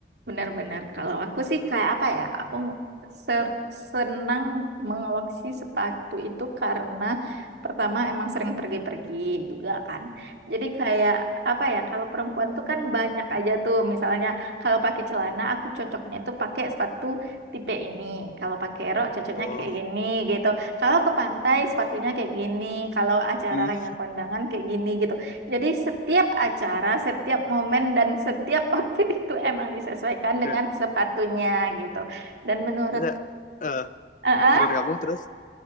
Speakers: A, on the right (about 75°); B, on the left (about 45°).
A: Benar-benar. Kalau aku sih kayak apa ya? Aku ser- senang mengoleksi sepatu itu karena pertama emang sering pergi-pergi juga kan. Jadi kayak apa ya? Kalau perempuan tuh kan banyak aja tuh. Misalnya kalau pakai celana aku cocoknya itu pakai sepatu tipe ini. Kalau pakai rok cocoknya
B: oh
A: kayak gini gitu. Kalau ke pantai sepatunya kayak gini. Kalau acaranya
B: hmm.
A: kondangan kayak gini gitu. Jadi setiap acara, setiap momen dan setiap <laughs> outfit itu emang disesuaikan dengan
B: Ya,
A: sepatunya gitu. Dan menurut
B: ya, eh,
A: Heeh,
B: menurut kamu terus